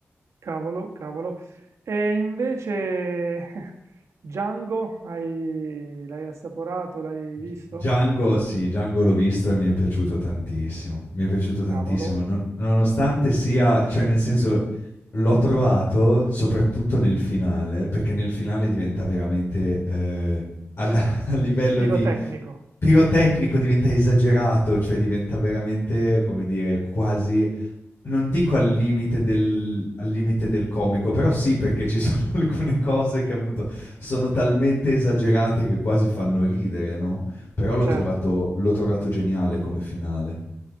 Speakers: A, on the right (about 85°); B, on the left (about 65°).
A: cavolo, cavolo. E invece <laughs> Django, hai- l'hai assaporato, l'hai visto?
B: Django, sì, Django l'ho visto e mi è piaciuto tantissimo. Mi è piaciuto tantissimo,
A: Cavolo.
B: non- nonostante sia, cioè nel senso l'ho trovato soprattutto nel finale, perché nel finale diventa veramente eh, al-
A: <laughs>
B: <laughs> a livello
A: Pirotecnico,
B: di pirotecnico diventa esagerato, cioè diventa veramente, come dire, quasi Non dico al limite del al limite del comico, però sì, perché ci sono <laughs> alcune cose che appunto sono talmente esagerate che quasi fanno ridere, no, però l'ho
A: certo.
B: trovato l'ho trovato geniale come finale.